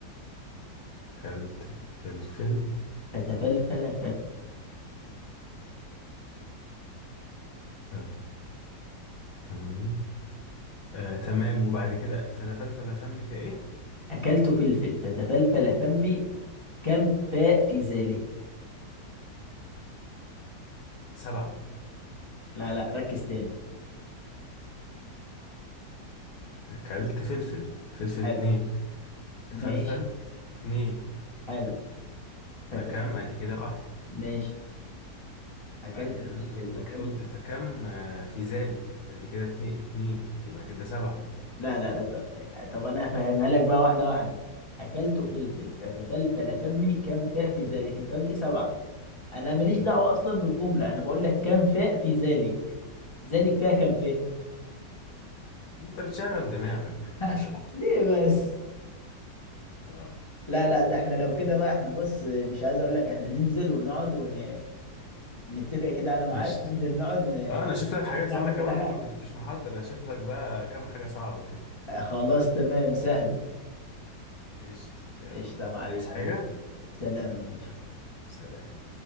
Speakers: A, on the left (about 80°); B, on the left (about 30°).
A: كلت فلفل
B: فتفلفل فمي
A: فلفل فمي آه تمام وبعد كده فتفلفل فمي في ايه
B: أكلت فلفل فتفلفل فمي كم فاء في ذلك
A: سبعة
B: لا لا ركز تاني
A: اكلت فلفل فلفل اتنين
B: حلو
A: تفلفل
B: ماشي
A: اتنين
B: حلو فت...
A: فكم ادي كده واحد
B: ماشي اكلت
A: بعد كده
B: فلفل
A: انت قل-
B: فكم
A: قلت فكم آه في ذلك ادي كده اتنين اتنين يبقى كده سبعة
B: لا لا لا طب, طب انا هفهمها لك بقى واحده واحده اكلت فلفل فتفلفل فمي كم فاء في ذلك انت قلت سبعه انا ماليش
A: مم.
B: دعوه اصلا بالجمله انا بقول لك كم فاء في ذلك ذلك فيها كم فاء
A: انت بتشغل دماغك
B: <laughs>
A: كده
B: ليه بس
A: اه
B: لا لا ده احنا لو كده بقى احنا بص مش عايز اقول لك احنا ننزل ونقعد ون... نتفق كده على ميعاد
A: قشطة
B: ننزل نقعد ن...
A: اه انا اشوف لك حاجات
B: نعمل
A: وانا كمان
B: كل حاجه
A: ما كنتش محضر اشوف لك بقى كام حاجة صعبة كده
B: خلاص تمام سهل
A: قشطة يلا
B: قشطه يا معلم
A: عايز
B: حبيبي
A: حاجة
B: سلام ماشي
A: يلا سلام